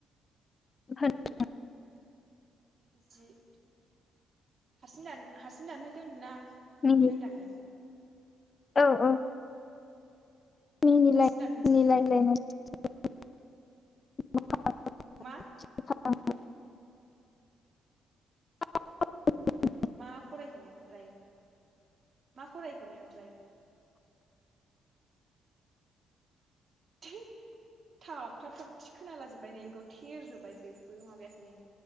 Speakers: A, on the left; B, on the right.
A: <unintelligible>
B: जि थ हारसिं दान-हारसिं दानहोगोन ना नों
A: मिनिट
B: दानगोन?
A: औ औ मिनिलाय
B: हारसिं दानहोनोसै
A: <unintelligible> <unintelligible> <unintelligible>
B: मा
A: <unintelligible>
B: मा फरायखो नोङो ओमफ्राय मा फरायखो नों ओमफ्राय थै थाबथा थाबथि खोनालाजोबबाय नोंनिखौ थेरजोब्बाय जेबो माबायाखैनो